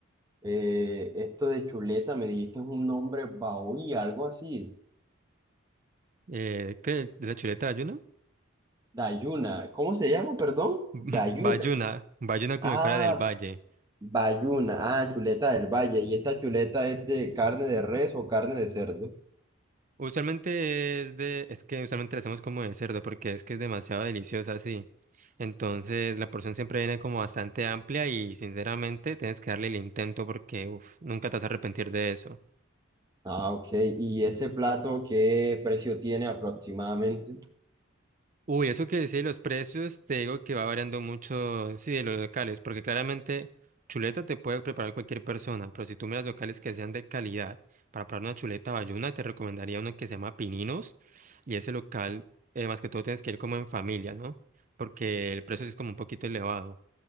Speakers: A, on the right; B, on the right.
A: eh, esto de chuleta me dijiste es un nombre baúl, algo así.
B: Eh, ¿qué? ¿De la chuleta de ayuno?
A: Dayuna. ¿Cómo se llama, perdón?
B: <laughs>
A: Dayuna.
B: Bayuna, Bayuna como
A: Ah,
B: si fuera del valle.
A: bayuna. Ah, chuleta del valle. ¿Y esta chuleta es de carne de res o carne de cerdo?
B: Usualmente es de, es que usualmente la hacemos como de cerdo porque es que es demasiado deliciosa así. Entonces la porción siempre viene como bastante amplia y sinceramente tienes que darle el intento porque uf, nunca te vas a arrepentir de eso.
A: Ah, ok. ¿Y ese plato qué precio tiene aproximadamente?
B: Uy, eso que decía de los precios, te digo que va variando mucho, sí, de los locales, porque claramente chuleta te puede preparar cualquier persona, pero si tú miras locales que sean de calidad, para preparar una chuleta bayuna, te recomendaría uno que se llama Pininos, y ese local, eh, más que todo, tienes que ir como en familia, ¿no? Porque el precio sí es como un poquito elevado.